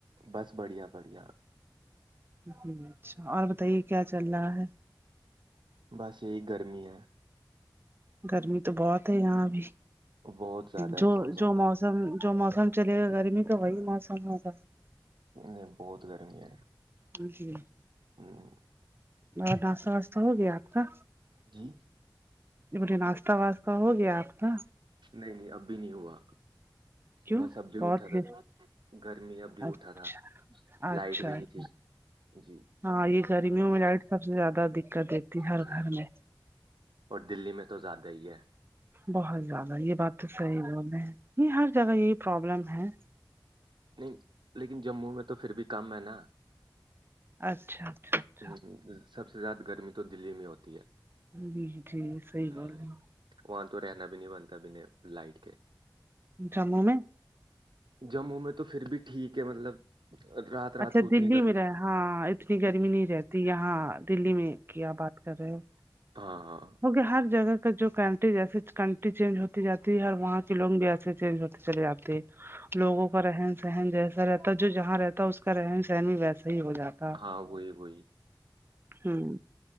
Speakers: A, on the right; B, on the right.
A: بس بڑھیا بڑھیا
B: جی اچھا اور بتائیے کیا چل رہا ہے
A: بس یہی گرمی ہے
B: گرمی تو بہت ہے یہاں بھی
A: بہت زیادہ ہے،
B: جو
A: بہت زیادہ
B: جو موسم جو موسم چلے گا گرمی کا وہی موسم ہوگا
A: نہیں بہت گرمی ہے
B: جی
A: ہوں،
B: اور ناشہ واشہ ہو گیا آپ کا
A: جی
B: بے ناشتہ واسطہ ہو گیا آپ کا
A: نہیں نہیں اب بھی نہیں ہوا
B: کیوں
A: بس اب بھی
B: بہت
A: اٹھا تھا گرمی اب بھی
B: اچھا
A: اٹھا تھا
B: اچھا
A: لائٹ بھی نہیں تھی جی
B: ہاں یہ گرمیوں میں لائٹ سب سے زیادہ دقت رہتی ہر
A: ہ
B: گھر میں
A: اور دلی میں تو زیادہ ہی ہے
B: بہت زیادہ یہ بات تو صحیح بول رہے ہیں یہ ہر جگہ یہی پرابلم ہے
A: نہیں لیکن جموں میں تو پھر بھی کم ہے نا
B: اچھا اچھا اچھا
A: ہ سب سے زیادہ گرمی تو دلی میں ہوتی ہے
B: جی جی صحیح گال
A: ہوں،
B: ہے
A: وہاں تو رہنا بھی نہیں بنتا بنے لائٹ کے
B: جموں میں
A: جموں میں تو پھر بھی ٹھیک ہے مطلب رات رات
B: اچھا
A: کو اتنی
B: دلی
A: گرمی
B: میں رہ ہاں اتنی گرمی
A: ہوں،
B: نہیں رہتی یہاں دلی میں کیا بات کر رہے ہو
A: ہاں ہاں
B: ہوک ہر جگہ کا جو کنٹری جسے کنٹری چینج ہوتی جاتی ہے ہر وہاں کے لوگ بھی ایسے چینج ہو چلے آتے لوگوں کا رہن سہن جیسا رہتا ہے جو جہاں رہتا ہے اس کا رہن سہن بھی ویسا ہی ہو جاتا
A: ہاں وہی وہئی
B: ہوں